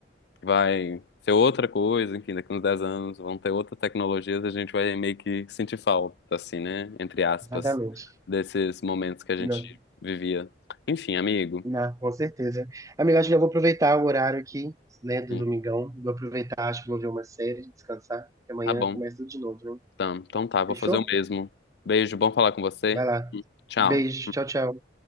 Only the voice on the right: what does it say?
Exatamente.
Não,
não, com certeza. Amiga, acho que eu vou aproveitar o horário aqui, né, do
domingão. Vou aproveitar, acho que vou ver uma série, descansar, porque amanhã
começa tudo de novo, né?
Fechou?
Vai lá.
Beijo, tchau, tchau.